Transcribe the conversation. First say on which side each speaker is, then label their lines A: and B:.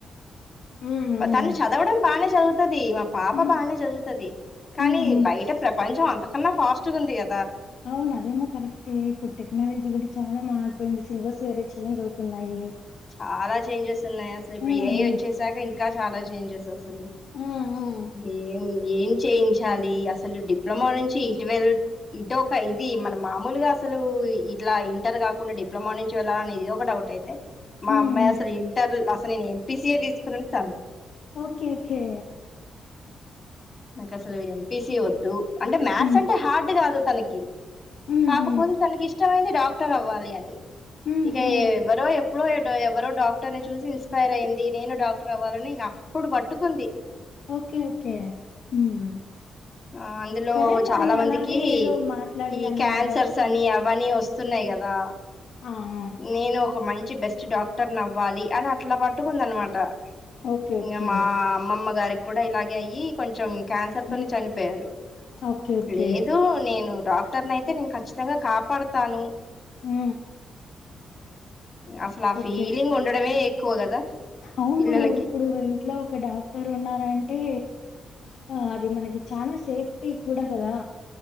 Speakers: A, on the left; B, on the left.
A: హ్మ్, హ్మ్,
B: తను చదవడం బానే చదువుతది మా పాప
A: హ్మ్,
B: బానే చదువుతుది కానీ
A: హ్మ్, హ్మ్.
B: బయట ప్రపంచం అంత కన్నా ఫాస్ట్గుంది గ
A: అవును అదేమో కరెక్టే ఇప్పుడు టెక్నాలజీ కూడా చాలా మార్ పోయింది సిలబస్ వేరే చేంజ్ అవుతున్నాయి
B: చాలా చేంజెస్ ఉన్నాయి అసలు ఇప్పుడు
A: హ్మ్,
B: ఏఐ
A: హ్మ్,
B: వచ్చేసాక ఇంకా చాలా చేంజెస్ అసలు
A: హ్మ్, హ్మ్.
B: ఏఐ ఏం చేయించాలి అసలు డిప్లొమా నుంచి ఇటువెళ్ ఇటొక ఇది మన మామూలుగా అసలు ఇట్లా ఇంటర్ కాకుండా డిప్లొమా నుంచి వెళ్ళాలనేది ఒక డౌ టైతే మా
A: హ్మ్
B: అమ్మాయి అసలు ఇంటర్ లస్ నేను ఎం పి సి ఏ తీసుకుంటాను
A: ఓకే కే
B: నా కసలువి ఎం పి సి వద్దు అంటే మ్యాథ్స్
A: హ్మ్.
B: అంటే హార్డ్ కాదు తనకి
A: హుహు.
B: కాకపోతే తనకి ఇష్టమైంది డాక్ క్టర్ అవ్వాలి అని
A: హుహు.
B: ఇక ఎవ్వరో ఎప్ ప్పుడో ఎడొ ఎవ్వరో డాక్టర్ ని చూసి ఇన్స్పైర్ అయింది నేను డాక్టర్ అవ్వాలని ఇగ అప్పుడు పట్టుకుంది
A: ఓకే. ఓకే. హ్మ్.
B: ఆ అందులో
A: సరే
B: చాలా
A: మరి
B: మందికి
A: అలాగే ఏదో మాట్లాడి
B: ఈ
A: అన్నవర
B: క్యాన్సర్స్ అని అవని వస్ వస్తున్నాయి కదా
A: ఆ! ఆ!
B: నేను ఒక మం చి బెస్ట్ డాక్టర్ అవ్వాలి అని అట్ల పాటు కుందనమాట
A: ఓకే.
B: ఇంగ
A: ఓకే.
B: మా అమ్మమ్మ గారి కూడా ఇలాగే అయ్యి కొంచెం క్యాన్సర్
A: హ్మ్.
B: తోనే చనిపోయారు
A: ఓకే. ఓకే.
B: లేదు నేను డాక్టర్ నయితే నేను ఖచ్చితంగా కాపాడుతాను
A: ఆ
B: అసలు ఆ
A: ఓకే
B: ఫీలింగ్ ఉండడమే ఎక్కువ కదా
A: అవును
B: పిల్లలకి
A: ఇప్పుడు ఇంట్లో ఒక డాక్టర్ ఉన్నారంటే ఆ అది మనకి చనా సేఫ్టీ కూడా కదా